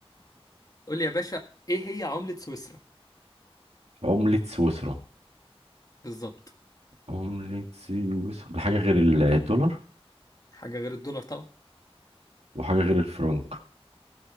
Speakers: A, on the left; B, on the right.
A: قول لي يا باشا ايه هي عمله سويسرا
B: عملة سويسرا
A: بالظبط
B: عملة سويسرا حاجة غير الدولار
A: حاجه غير الدولار طبعا
B: وحاجة غير الفرنك